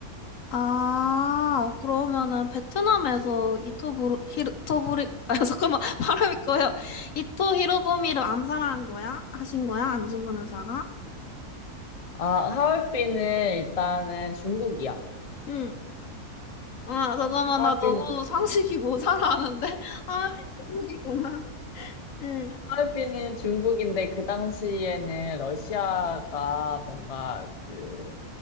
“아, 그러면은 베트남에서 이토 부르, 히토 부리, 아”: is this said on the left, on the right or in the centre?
Left